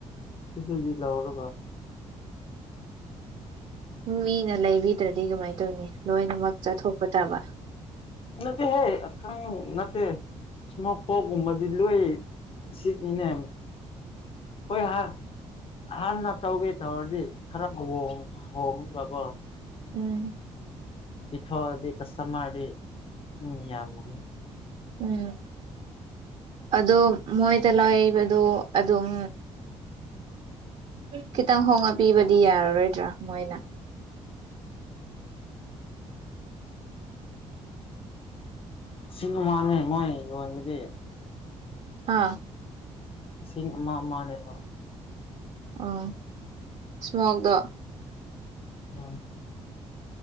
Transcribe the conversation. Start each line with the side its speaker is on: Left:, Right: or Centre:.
Left: ꯁꯤꯗꯒꯤ ꯂꯧꯔꯒ
Right: ꯃꯤꯅ ꯂꯩꯕꯤꯗ꯭ꯔꯗꯤ ꯀꯃꯥꯏꯟ ꯇꯧꯅꯤ ꯂꯣꯏꯅꯃꯛ ꯆꯥꯊꯣꯛꯄ ꯇꯥꯕ
Left: ꯅꯠꯇꯦꯍꯦ ꯑꯈꯪ ꯅꯠꯇꯦ ꯁ꯭ꯃꯣꯛ ꯄ꯭ꯔꯣꯛꯒꯨꯝꯕꯗꯤ ꯂꯣꯏ ꯁꯤꯠꯅꯤꯅꯦ ꯍꯣꯏ ꯍꯥ ꯑꯍꯥꯟꯅ ꯇꯧꯒꯦ ꯇꯧꯔꯗꯤ ꯈꯔ ꯍꯣꯡ ꯍꯣꯡꯒꯕ
Right: ꯎꯝ
Left: ꯄꯤꯊꯣꯛꯑꯗꯤ ꯀꯁꯇꯃꯔꯗꯤ ꯎꯝ ꯌꯥꯝꯃꯣꯏꯟ
Right: ꯎꯝ ꯑꯗꯣ ꯃꯣꯏꯗ ꯂꯩꯏꯕꯗꯣ ꯑꯗꯨꯝ ꯈꯤꯇꯪ ꯍꯣꯡꯉ ꯄꯤꯕꯗꯤ ꯌꯥꯔꯔꯣꯏꯗ꯭ꯔꯥ ꯃꯣꯏꯅ
Left: ꯁꯤꯡ ꯃꯥꯅꯦ ꯃꯣꯏ ꯌꯣꯟꯕꯗꯤ
Right: ꯍꯥꯥ
Left: ꯏꯁꯤꯡ ꯑꯃ ꯑꯃꯅꯦꯕ
Right: ꯑꯣ ꯁ꯭ꯃꯣꯛꯗꯣ
Left: <unintelligible>